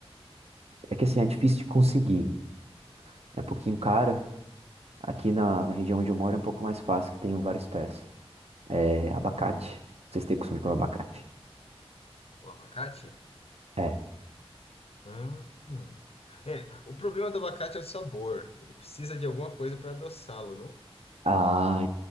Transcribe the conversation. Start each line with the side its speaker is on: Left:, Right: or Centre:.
Right: É que assim, é difícil de conseguir. É um pouquinho caro. Aqui na, na região onde eu moro é um pouco mais fácil, que tem várias espécies. É abacate. Vocês têm costume de comer abacate?
Left: O abacate?
Right: É.
Left: Ah, É, o problema do abacate é o sabor. Ele precisa de alguma coisa para adoçá-lo, não?
Right: Ah,